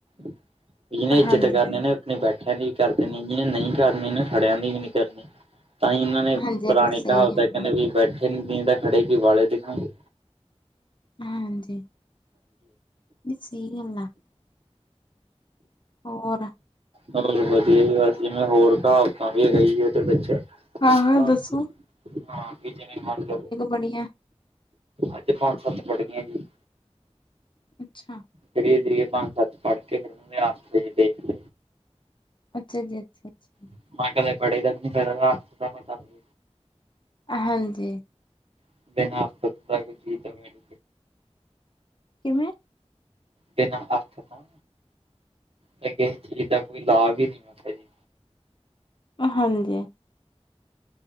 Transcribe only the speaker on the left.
ਹਾਂਜੀ
ਹਾਂਜੀ,
ਹਾਂਜੀ
ਇਹ ਤਾਂ ਸਹੀ
ਗੱਲ
ਆ,
ਹਾਂਜੀ, ਨਹੀਂ ਸਈ ਗੱਲ ਆ। ਹੋਰ
ਹਾਂ-ਹਾਂ
ਦੱਸੋ।
ਬਣੀਆਂ।
ਅੱਛਾ,
ਅੱਛਾ ਜੀ, ਅੱਛਾ ਅੱਛਾ।
ਹਾਂਜੀ,
ਕਿਵੇਂ?
ਹਾਂਜੀ,